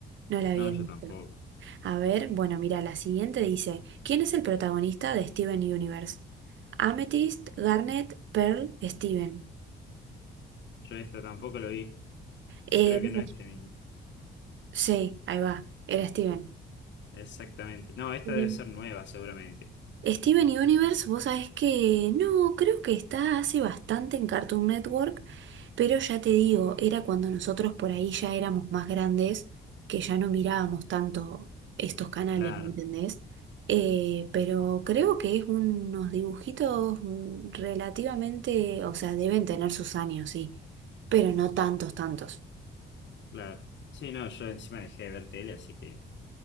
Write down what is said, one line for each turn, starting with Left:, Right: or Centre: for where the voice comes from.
Right: no la había
Left: No, yo
Right: visto.
Left: tampoco.
Right: A ver, bueno, mira, la siguiente dice, ¿quién es el protagonista de Steven Universe? Amethyst, Garnet, Pearl, Steven.
Left: Yo esta tampoco lo vi.
Right: Eh,
Left: Creo
Right: bueno,
Left: que no es de mí.
Right: sí, ahí va, era Steven.
Left: Exactamente. No, esta
Right: Bien.
Left: debe ser nueva, seguramente.
Right: Steven Universe, vos sabés que no, creo que está hace bastante en Cartoon Network. Pero ya te digo, era cuando nosotros por ahí ya éramos más grandes, que ya no mirábamos tanto estos canales,
Left: Claro,
Right: ¿me entendés? Eh, pero creo que es unos dibujitos mm, relativamente, o sea, deben tener sus años, sí, pero no tantos, tantos.
Left: claro. Sí, no, yo encima dejé de ver tele, así que